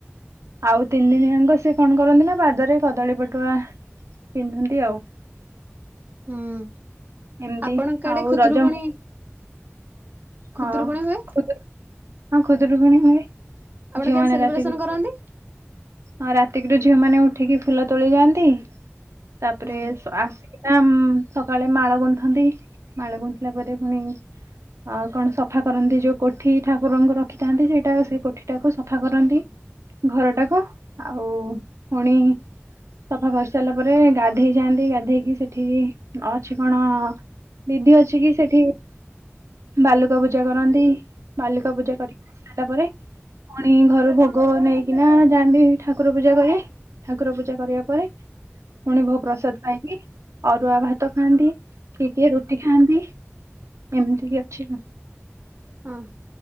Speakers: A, on the right; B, on the right.
A: ଆଉ ତିନି ଦିନି ଯାଙ୍କ ସେ କଣ କରନ୍ତି ନା ପାଦରେ କଦଳୀ ପଟୁଆ ପିନ୍ଧନ୍ତି ଆଉ।
B: ହୁଁ
A: ଏମତି
B: ଆପଣଙ୍କ ଆଡେ
A: ଆଉ
B: ଖୁଦୁରୁକୁଣୀ
A: ରଜ।
B: ଖୁଦୁରୁକୁଣୀ
A: ହଁ
B: ହୁଏ
A: ଖୁଦୁରୁ ହଁ ଖୁଦୁରୁକୁଣୀ ହୁଏ।
B: ଆପଣ
A: ଝିଅମାନେ
B: କେମିତି ସେଲିବ୍ରେସନ
A: ରାତି ଗୁରୁ
B: କରନ୍ତି?
A: ହଁ ରାତିକ୍ ରୁୁ ଝିଅମାନେ ଉଠିକି ଫୁଲ ତୋଳି ଯାଆନ୍ତି। ତାପରେ
B: ହୁଁ
A: ଆସ୍ ୟାମ୍ ସକାଳେ ମାଳ ଗୁନ୍ଥନ୍ତି। ମାଳ ଗୁନ୍ଥିଲା ପରେ ପୁଣି ଆଉ କଣ ସଫା କରନ୍ତି ଯୋଉ କୋଠି ଠାକୁରଙ୍କୁ ରଖିଥାନ୍ତି ସେଇଟା ସେଇ କୋଠିଟାକୁ ସଫା କରନ୍ତି ଘରଟାକୁ ଆଉ ପୁଣି ସଫା କରି ସାରିଲା ପରେ ଗାଧେଇ ଯାଆନ୍ତି ଗାଧେଇକି ସେଠି ଅଛି କଣ? ବିଧି ଅଛି କି ସେଠି ବାଲୁକା ପୂଜା କରନ୍ତି। ବାଲୁକା ପୂଜା କରିକ ସାରିଲା ପରେ ପୁଣି ଘରୁ ଭୋଗ୍ ଗୋ ନେଇକିନା ଯାଆନ୍ତି। ଠାକୁର ପୂଜା କରେ ଠାକୁର ପୂଜା କରିବା ପରେ ପୁଣି ଭୋ ପ୍ରସାଦ ପାଇକି ଅରୁଆ ଭାତ ଖାଆନ୍ତି କିଏ କିଏ ରୁଟି ଖାଆନ୍ତି। ଏମ୍ ସେଦିନ
B: ହଁ